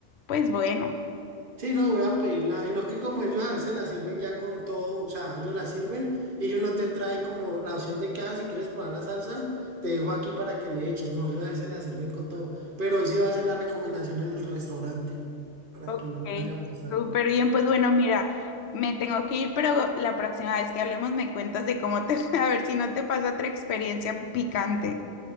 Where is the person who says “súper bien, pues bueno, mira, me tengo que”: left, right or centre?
Left